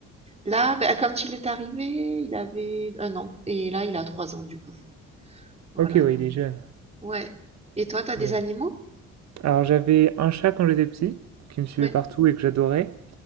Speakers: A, on the right (about 20°); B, on the right (about 65°).
A: Là, ben, quand il est arrivé, il avait un an et là il a trois ans du coup. Voilà.
B: Ok, oui, il est jeune.
A: Ouais. Et toi, t'as des
B: Bien.
A: animaux?
B: Alors j'avais un chat quand j'étais petit, qui me suivait
A: Ouais,
B: partout et que j'adorais.